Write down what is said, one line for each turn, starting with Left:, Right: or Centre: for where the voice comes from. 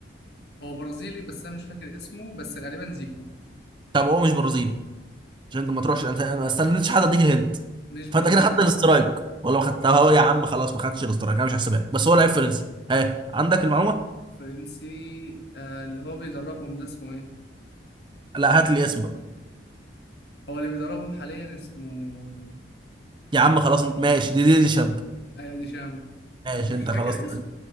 Left: هو برازيلي بس انا مش فاكر اسمه بس غالبا زيكو
Right: طب هو مش برازيلي عشان انت ما تروحش الأمثلة- انا ما استنيتش حد اديك الهنت
Left: مش برازيلي
Right: فانت كده خدت الاسترايك ولا ما خدتها هو يا عم خلاص ما خدتش الاسترايك انا مش هحسبها لك. بس هو لعيب فرنسي ها عندك المعلومه
Left: فرنسي آه اللي هو بيدربهم ده اسمه ايه
Right: لا هات لي اسم بقى
Left: هو اللي بيدربهم حاليا اسمه
Right: يا عم خلاص انت- ماشي دي دي, دي شاب
Left: ايوه دي شام
Right: ماشي
Left: مش
Right: انت
Left: فاكر
Right: خلاص
Left: اسمه